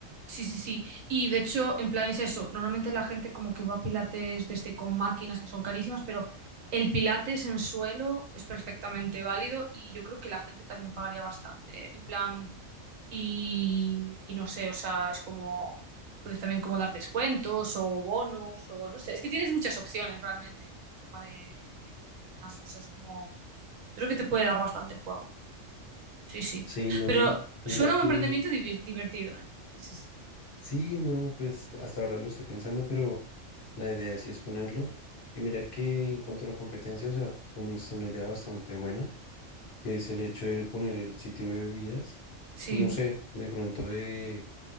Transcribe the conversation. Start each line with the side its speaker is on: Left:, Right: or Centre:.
Right: sí, sí, sí. Y de hecho, en plan es eso. Normalmente la gente como que va a pilates desde con máquinas que son carísimas, pero el pilates en suelo es perfectamente válido y yo creo que la gente también pagaría bastante, ¿eh? En plan, y, y no sé, o sea, es como, puedes también como dar descuentos o bonos o no sé, es que tienes muchas opciones realmente con el tema de, de abrir un gimnasio, o sea, es como, creo que te puede dar bastante juego. Sí, sí.
Left: Sí, no,
Right: Pero suena
Left: mira que,
Right: un emprendimiento divir- divertido, ¿eh? Sí, sí, sí.
Left: sí, no, pues hasta ahora lo estoy pensando, pero la idea sí es ponerlo. Y mira que en cuanto a la competencia, o sea, tú me diste una idea bastante buena, que es el hecho de poner el sitio de bebidas,
Right: Sí,
Left: y no sé, de pronto de,